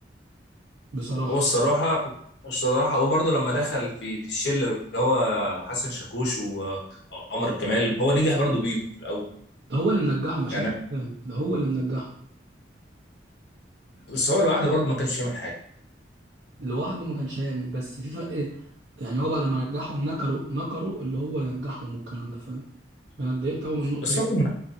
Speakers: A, on the right; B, on the left.
A: بصراحة
B: هو الصراحة الصراحة هو برضه لما دخل في في الشلة اللي هو حسن شاكوش و- وعمر كمال هو نجح برضه بيهم في الأول
A: ده هو اللي منجحهم عشان
B: يعني
A: تبقى فاهم ده هو اللي منجحهم
B: بس هو لوحده برضه ما كانش يعمل حاجة
A: لوحده ما كانش هيعمل بس في فرق يعني هو بعد ما نجحهم نكروا نكروا اللي هو نجحهم والكلام ده فاهم فأنا اتضايقت أوي من النقطة
B: بس
A: دي
B: هو كان مع